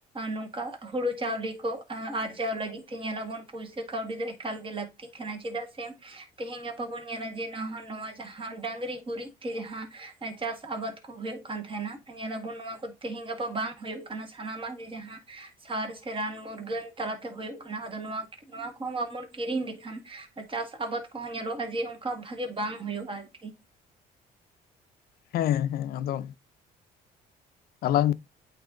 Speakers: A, on the right; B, on the left.
A: ᱱᱚ ᱚᱱᱠᱟ ᱦᱩᱲᱩ ᱪᱟᱣᱞᱮ ᱠᱚ ᱟᱨᱡᱟᱣ ᱞᱟᱹᱜᱤᱫ ᱛᱮ ᱧᱮᱞᱟᱵᱚᱱ ᱯᱩᱭᱥᱟᱹ ᱠᱟᱹᱣᱰᱤ ᱫᱚ ᱮᱠᱟᱞ ᱜᱮ ᱞᱟᱹᱠ -ᱛᱤᱜ ᱠᱟᱱᱟ, ᱪᱮᱫᱟᱜ ᱥᱮ ᱛᱮᱦᱮᱧ ᱜᱟᱯᱟ ᱵᱚᱱ ᱧᱮᱞᱟ ᱡᱮ ᱱᱟ ᱱᱚᱣᱟ ᱡᱟᱦᱟᱸ ᱰᱟᱝᱨᱤ ᱜᱩᱨᱤᱡ ᱛᱮ ᱡᱟᱦᱟᱸ ᱪᱟᱥ ᱟᱵᱟᱫ ᱠᱚ ᱦᱩᱭᱩᱜ ᱠᱟᱱ ᱛᱟᱦᱮᱱᱟ ᱧᱮᱞᱟᱵᱚᱱ ᱱᱚᱣᱟ ᱠᱚ ᱛᱮᱦᱤᱧ ᱜᱟᱯᱟ ᱵᱟᱝ ᱦᱩᱭᱩᱜ ᱠᱟᱱᱟ ᱥᱟᱱᱟᱢᱟᱜ ᱜᱮ ᱡᱟᱦᱟᱸ ᱥᱟᱨ ᱥᱮ ᱨᱟᱱ ᱢᱩᱨᱜᱟᱹᱱ ᱛᱟᱞᱟᱛᱮ ᱦᱩᱭᱩᱜ ᱠᱟᱱᱟ ᱟᱫᱚ ᱱᱚᱣᱟ ᱠᱚᱦᱚᱸ ᱵᱟᱵᱚᱱ ᱠᱤᱨᱤᱧ ᱞᱮᱠᱷᱟᱱ, ᱪᱟᱥ ᱟᱵᱟᱫᱽ ᱠᱚᱦᱚᱸ ᱧᱮᱞᱚᱜᱼᱟ ᱡᱮ ᱚᱱᱠᱟ ᱵᱷᱟᱜᱤ ᱵᱟᱝ ᱦᱩᱭᱩᱜᱼᱟ ᱟᱨᱠᱤ᱾
B: ᱦᱮᱸ ᱦᱮᱸ ᱟᱫᱚ ᱟᱞᱟᱝ